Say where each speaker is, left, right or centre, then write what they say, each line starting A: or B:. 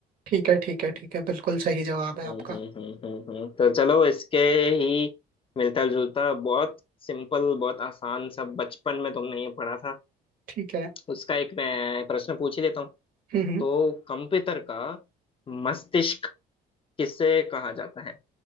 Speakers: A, on the right (about 55°); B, on the left (about 30°).
A: ठीक है ठीक है ठीक है बिल्कुल सही जवाब है
B: हम्म
A: आपका
B: हम्म हम्म हम्म हम्म। तो चलो इसके ही मिलता जुलता बहुत सिंपल बहुत आसान सा बचपन में तुमने ये पढ़ा था
A: ठीक है
B: उसका एक मैं प्रश्न पूछ ही लेता हूँ
A: हम्म हम्म।
B: तो कंप्यूटर का मस्तिष्क किसे कहा जाता है